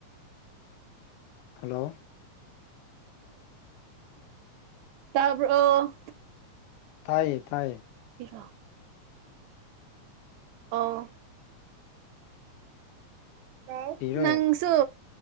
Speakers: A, on the left; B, on the right.
A: ꯍꯜꯂꯣ
B: <unintelligible> ꯇꯥꯕ꯭ꯔꯣ
A: ꯇꯥꯏꯌꯦ ꯇꯥꯏꯌꯦ
B: ꯏꯋꯥ ꯑꯣ ꯍꯂꯥꯎ
A: ꯊꯤꯔꯣ
B: ꯅꯪ ꯁꯨ